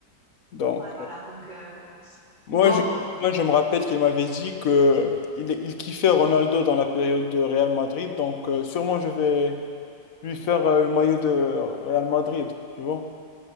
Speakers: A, on the left (about 55°); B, on the right (about 25°).
A: Donc,
B: Ouais, voilà,
A: euh,
B: donc euh,
A: moi
B: bon.
A: je, moi, je me rappelle qu'il m'avait dit que il, il kiffait Ronaldo dans la période de Real Madrid, donc euh, sûrement je vais lui faire euh, le maillot de Real Madrid, tu vois.